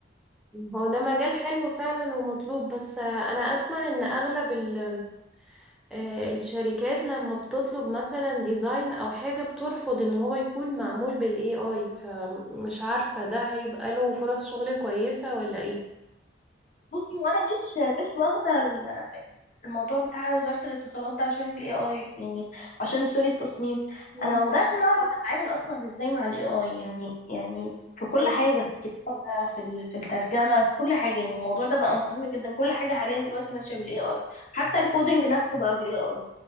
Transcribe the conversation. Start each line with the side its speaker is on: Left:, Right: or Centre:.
Centre: هو ده مجال حلو فعلا ومطلوب بس انا اسمع ان اغلب ال- آه، الشركات لما بتطلب مثلا ديزاين او حاجة بترفض ان هو يكون معمول بالاي اي فمش عارفة ده هيبقى له فرص شغل كويسة ولا ايه
Left: بصي وانا مش مش واخده ال- الموضوع بتاع وزاره الاتصالات ده عشان الاي اي يعني عشان سوري التصميم
Centre: مم.
Left: انا واخداه عشان اعرف اتعامل اصلا ازاي مع الاي اي يعني يعني في كل
Centre: طيب
Left: حاجه في الكتابه في ال- في الترجمه في كل حاجه يعني الموضوع ده بقى مهم جدا كل حاجه حاليا دلوقتي ماشيه بالاي اي حتى الكودينج نفسه بقى بالاي اي